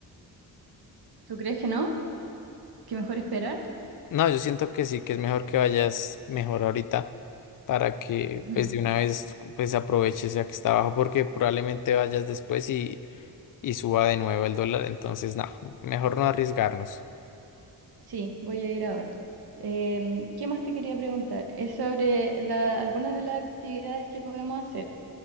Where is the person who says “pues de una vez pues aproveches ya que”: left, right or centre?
Left